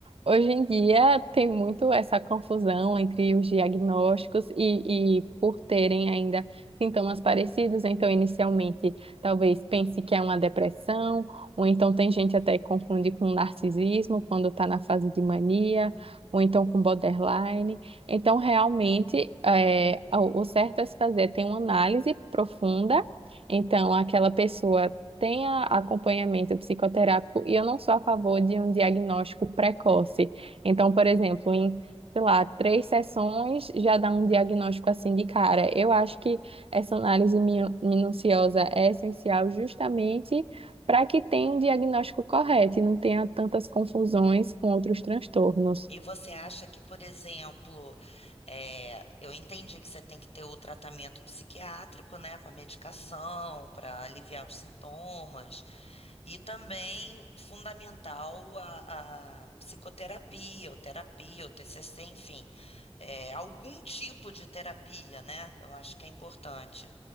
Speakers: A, on the right (about 60°); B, on the left (about 70°).
A: hoje em dia tem muito essa confusão entre os diagnósticos e, e por terem ainda sintomas parecidos, então inicialmente talvez pense que é uma depressão, ou então tem gente até que confunde com narcisismo quando está na fase de mania, ou então com borderline. Então, realmente, é, o o certo a se fazer é ter uma análise profunda. Então, aquela pessoa tenha acompanhamento psicoterápico e eu não sou a favor de um diagnóstico precoce. Então, por exemplo, em, sei lá, três sessões já dá um diagnóstico assim de cara. Eu acho que essa análise minu- minuciosa é essencial justamente para que tenha um diagnóstico correto e não tenha tantas confusões com outros transtornos.
B: E você acha que, por exemplo, eh, eu entendi que você tem que ter o tratamento psiquiátrico, né, com a medicação para aliviar os sintomas, e também fundamental a, a psicoterapia, ou terapia, ou TCC, enfim, eh, algum tipo de terapia, né? Eu acho que é importante.